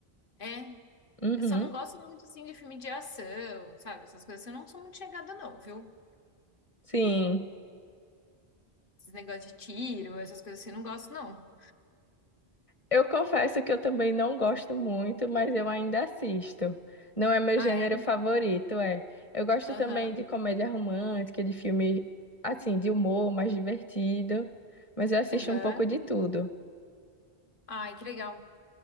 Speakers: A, on the left; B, on the left.
A: é.
B: Uhum.
A: Eu só não gosto muito, assim, de filme de ação, sabe? Essas coisas assim, eu não sou muito chegada, não, viu?
B: Sim.
A: Esses negócios de tiro, essas coisas assim, eu não gosto, não.
B: Eu confesso que eu também não gosto muito, mas eu ainda assisto. Não é meu
A: Ah,
B: gênero
A: é?
B: favorito, é. Eu gosto
A: Aham,
B: também de comédia romântica, de filme assim, de humor mais divertido, mas eu assisto
A: aham.
B: um pouco de tudo.
A: Ai, que legal.